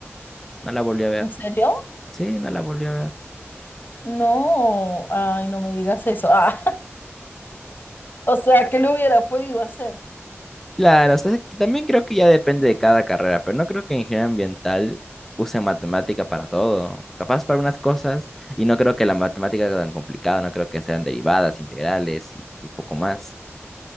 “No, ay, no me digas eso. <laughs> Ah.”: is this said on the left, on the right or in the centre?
Left